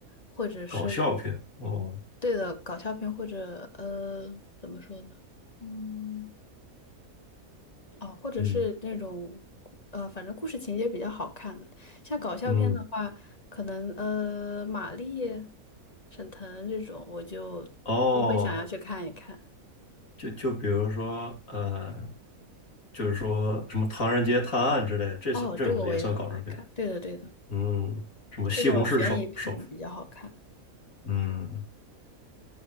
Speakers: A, on the left; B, on the left.
A: 或者是
B: 搞笑片哦，
A: 对的搞笑片，或者呃，怎么说呢？嗯，哦，或者是那种
B: 嗯
A: 呃，反正故事情节比较好看的。像搞笑片的话，
B: 嗯
A: 可能呃，马丽、沈腾这种，我就都会想要去看一看。
B: 哦。就就比如说，呃，就是说什么《唐人街探案》之类的，这是这种也算搞笑片。
A: 哦，这个我也很爱看。对的，对的，
B: 嗯，什么《西红柿首首富》，
A: 这种悬疑片比较好看。
B: 嗯，